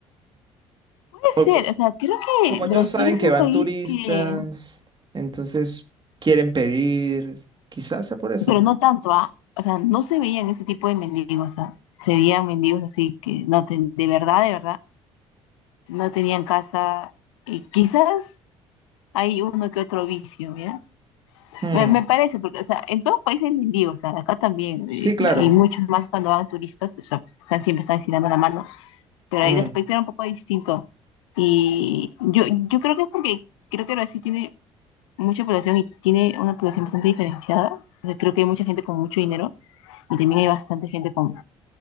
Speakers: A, on the left; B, on the right.
A: puede
B: Porque
A: ser, o sea, creo que
B: como ellos
A: Brasil
B: saben
A: es
B: que
A: un
B: van
A: país
B: turistas,
A: que,
B: entonces quieren pedir, quizás sea por eso.
A: pero no tanto, ¿ah? O sea, no se veían ese tipo de mendigos, ¿ah? Se veían mendigos así que no ten- de verdad, de verdad, no tenían casa. Y quizás hay uno que otro vicio, mira.
B: Mm.
A: Me, me parece, porque, o sea, en todo país hay mendigos, o sea, acá también,
B: Sí,
A: eh,
B: claro.
A: y, y muchos más cuando van turistas, o sea, están, siempre están girando la mano, pero
B: Mm.
A: ahí de aspecto era un poco distinto. Y yo, yo creo que es porque creo que Brasil tiene mucha población y tiene una población bastante diferenciada. O sea, creo que hay mucha gente con mucho dinero y también hay bastante gente con